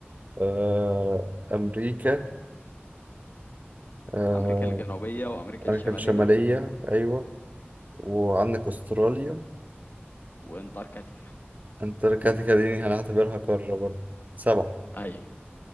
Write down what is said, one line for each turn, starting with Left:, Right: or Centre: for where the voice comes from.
Right: آه... أمريكا آه...
Left: وامريكا الجنوبية وامريكا
Right: أمريكا
Left: الشمالية
Right: الشمالية أيوة وعندك أستراليا
Left: وانتاركتيكا
Right: أنت كده دي هنعتبرها قارة برضه سبعة
Left: اي